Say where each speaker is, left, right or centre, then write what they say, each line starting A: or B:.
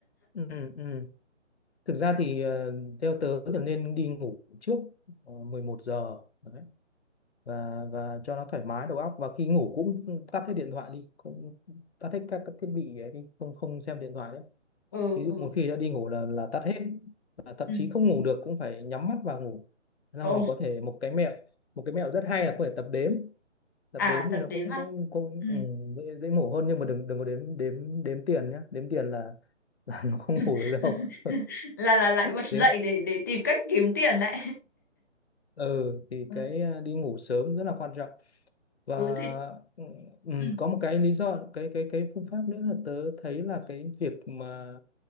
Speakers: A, on the left; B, on the left.
A: ừ, ừ. ừ. Thực ra thì ờ, theo tớ thì nên đi ngủ trước ờ, 11 giờ đấy. Và và cho nó thoải mái đầu óc và khi ngủ cũng tắt hết điện thoại đi, cũng tắt hết các, các thiết bị ấy đi, không không xem điện thoại nữa.
B: ừ
A: Ví dụ
B: ừ
A: một khi đã đi ngủ là là tắt hết. Và thậm
B: ừ
A: chí không ngủ được cũng phải nhắm mắt vào ngủ. Xong
B: ồ
A: rồi có thể một cái mẹo một cái mẹo rất hay là có thể tập đếm, tập
B: à
A: đếm
B: tập
A: thì nó
B: đếm
A: cũng
B: à
A: cũng cũng
B: ừ.
A: ừ, dễ, dễ ngủ hơn nhưng mà đừng đừng có đếm đếm đếm tiền nhá, đếm tiền là là <laughs> nó không ngủ
B: <laughs>
A: được đâu.
B: là là lại
A: <laughs>
B: bật dậy
A: đếm
B: để để tìm cách kiếm tiền đấy
A: Ừ thì
B: <laughs> ừ
A: cái à, đi ngủ sớm rất là quan trọng và
B: ừ thì
A: ừ, ừ,
B: ừ.
A: có một cái lý do cái cái cái phương pháp nữa là tớ thấy là cái việc mà